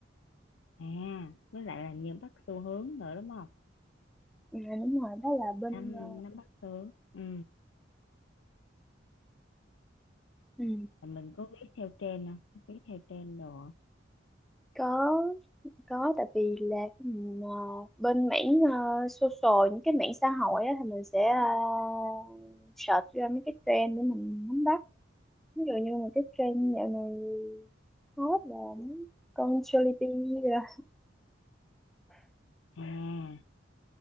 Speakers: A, on the left; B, in the centre.
A: À, với lại là nhiều bắt xu hướng nữa đúng không?
B: Ừ, đúng rồi đó là bên
A: Nắm
B: ờ,
A: nắm bắt xu hướng. Ừ,
B: Ừ,
A: là mình có viết theo trend không? Viết theo trend đồ.
B: có có tại vì là cái mình, ờ, bên mảng ờ, social những cái mảng xã hội á, thì mình sẽ uh, search ra mấy cái trend để mình nắm bắt ví dụ như là cái trend dạo này hot là mấy con Jollibee rồi
A: À,